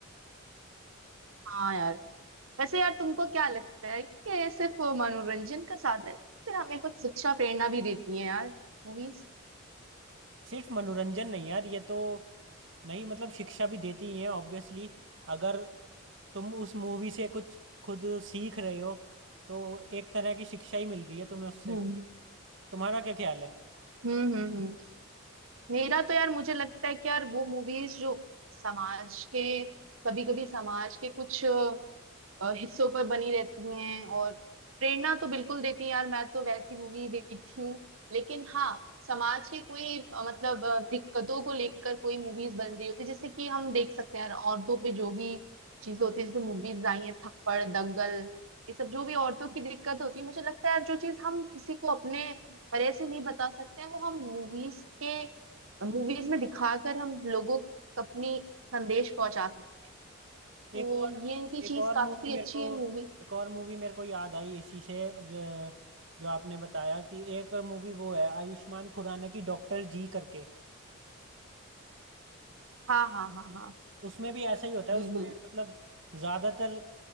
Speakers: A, on the right; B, on the right.
A: हाँ यार वैसे यार तुमको क्या लगता है कि ये सिर्फ मनोरंजन का साधन है फिर हमें कुछ शिक्षा प्रेरणा भी देती है यार मूवीज
B: सिर्फ मनोरंजन नहीं यार ये तो नहीं मतलब शिक्षा भी देती ही है ऑब्वियसली अगर तुम उस मूवी से कुछ खुद सीख रहे हो तो एक तरह की शिक्षा ही मिल रही है तुम्हें उससे
A: हम्म
B: तुम्हारा क्या ख्याल है
A: हम्म हम्म हम्म। मेरा तो यार मुझे लगता है कि यार वो मूवीज जो समाज के कभी कभी समाज के कुछ अ, हिस्सों पर बनी रहती हैं और प्रेरणा तो बिल्कुल देती हैं यार मैं तो वैसी मूवी देखती हूँ लेकिन हाँ समाज के कोई अ, मतलब अ, दिक्कतों को लेकर कोई मूवीज बन रही होती है जैसे कि हम देख सकते हैं यार औरतों पे जो भी चीजें होती है जैसे मूवीज आई हैं थप्पड़ दंगल ये सब जो भी औरतों की दिक्कत होती है मुझे लगता है यार जो चीज हम किसी को अपने तरह से नहीं बता सकते हैं वो हम मूवीज के मूवीज में दिखाकर हम लोगों को अपनी संदेश पहुंचा सकते हैं।
B: एक
A: तो
B: और
A: ये भी
B: एक
A: चीज
B: और
A: काफी
B: मूवी मेरे
A: अच्छी
B: को
A: है मूवी
B: एक और मूवी मेरे को याद आई इसी से र- जो आपने बताया कि एक मूवी वो है आयुष्मान खुराना की डॉक्टर जी करके
A: हाँ हाँ हाँ हाँ
B: उसमें भी ऐसा ही होता है
A: बिल्कुल
B: उसमें मतलब ज्यादातर